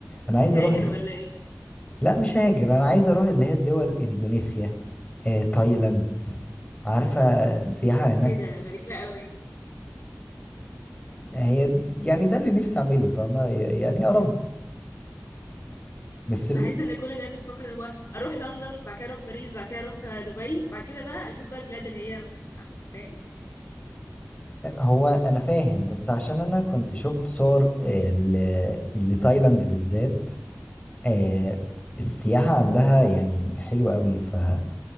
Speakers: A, on the left; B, on the left.
A: انا
B: هتهاجر
A: عايز اروح
B: ولا ايه
A: لا مش هاجر انا عايز اروح اللي هي الدول اندونيسيا آه، تايلاند عارفه السياحه هناك
B: ايه ده غريبة قوي
A: هي د- يعني ده اللي نفسي اعمله فاهمة ي- يعني يا رب بس ال...
B: بحس ان كل الناس بتفكر إن هو اروح لندن بعد كده اروح باريس بعد كده اروح دبي بعد كده بقى اشوف بقى البلاد اللي هي فاهم
A: هو انا فاهم بس عشان انا كنت شفت صور آه، ل... لتايلاند بالذات آه، السياحة عندها يعني حلوة قوي فاللي